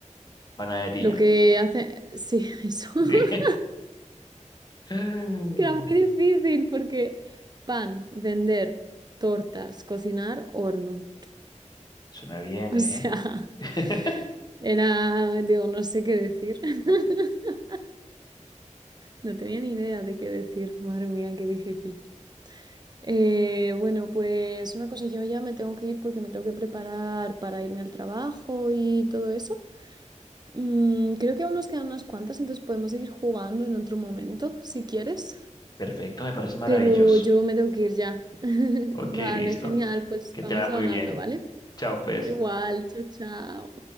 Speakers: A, on the left; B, on the right.
A: panadería.
B: lo que hace. Sí, <laughs> eso. <laughs>
A: Sí. <laughs>
B: que era muy difícil porque pan, vender, tortas, cocinar, horno.
A: Suena bien,
B: O
A: ¿eh?
B: sea,
A: <laughs>
B: <laughs> era, digo, no sé qué decir. <laughs> No tenía ni idea de qué decir. Madre mía, qué difícil. Eh, bueno, pues una cosa, yo ya me tengo que ir porque me tengo que preparar para irme al trabajo y todo eso. Mm, creo que aún nos quedan unas cuantas, entonces podemos seguir jugando en otro momento, si quieres.
A: Perfecto, me parece maravilloso.
B: Pero yo me tengo que ir ya. <laughs>
A: Ok,
B: Vale,
A: listo.
B: genial, pues
A: Que
B: vamos
A: te va muy
B: hablando,
A: bien.
B: ¿vale?
A: Chao, pues.
B: Igual, chao, chao.